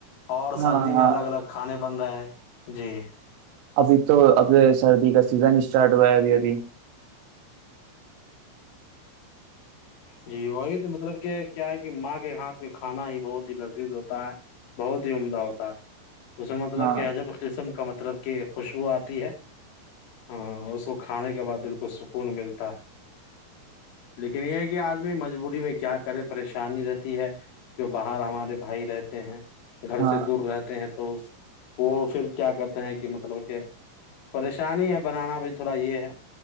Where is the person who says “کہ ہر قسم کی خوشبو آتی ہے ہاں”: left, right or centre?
Left